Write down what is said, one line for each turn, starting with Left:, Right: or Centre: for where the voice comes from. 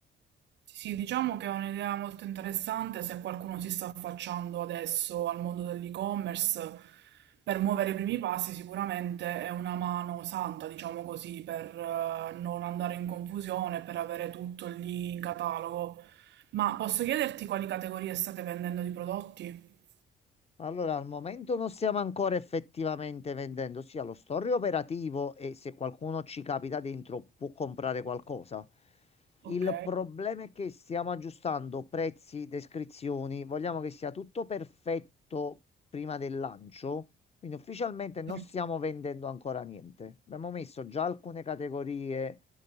Right: Sì, sì, diciamo che è un'idea molto interessante se qualcuno si sta affacciando adesso al mondo dell'e-commerce, per muovere i primi passi sicuramente è una mano santa, diciamo così, per eh, non andare in confusione, per avere tutto lì in catalogo. Ma posso chiederti quali categorie state vendendo di prodotti?
Left: Allora, al momento non stiamo ancora effettivamente vendendo, ossia lo store è operativo e se qualcuno ci capita dentro può comprare qualcosa.
Right: Ok,
Left: Il problema è che stiamo aggiustando prezzi, descrizioni, vogliamo che sia tutto perfetto prima del lancio, quindi ufficialmente non
Right: sì,
Left: stiamo vendendo ancora niente. Abbiamo messo già alcune categorie